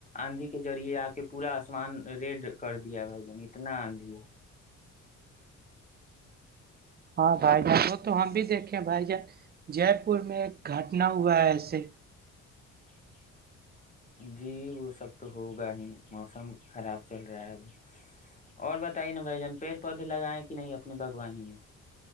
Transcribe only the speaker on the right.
ہاں بھائی جان وہ تو ہم بھی دیکھے بھائی جان جے پور میں ایک گھٹنا ہوا ہے ایسے